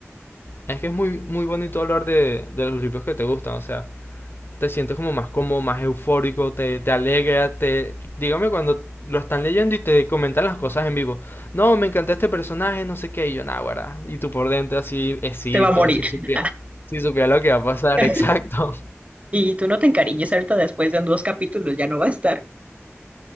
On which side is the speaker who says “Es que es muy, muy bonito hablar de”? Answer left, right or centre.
Left